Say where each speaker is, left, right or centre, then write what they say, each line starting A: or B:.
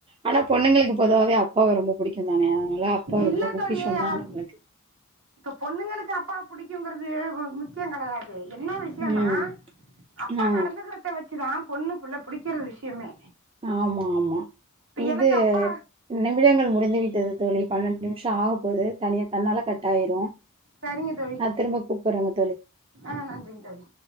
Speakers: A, on the right; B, on the right.
A: ஆனா பொண்ணுங்களுக்கு பொதுவாவே அப்பாவ ரொம்ப புடிக்யுன் தானே அதனால அப்பா
B: இல்ல
A: ரொம்ப பொக்கிஷோன்தா
B: தோழி
A: நம்ளுக்கு
B: இப்ப பொண்ணுங்களுக்கு அப்பா புடிக்குங்குறது முக்கியோ கிடையாது என்னா விஷ்யுனா
A: ம்
B: அப்பா
A: ஆ
B: நடந்துகறத்த வச்சிதா பொண்ணு புள்ள புடிக்கிற விஷ்யுமே
A: ஆமாம்மா இது
B: எனக்கு அப்பா
A: நிமிடங்கள் முடிந்து விட்டது தோழி பன்னெண்டு நிமிஷம் ஆக போது தனியா தன்னால கட் ஆாயிரும்
B: சரிங்க தோழி
A: அ திரும்ப கூப்பிட்றோங்க தோழி
B: ஆ நன்றிங்க தோழி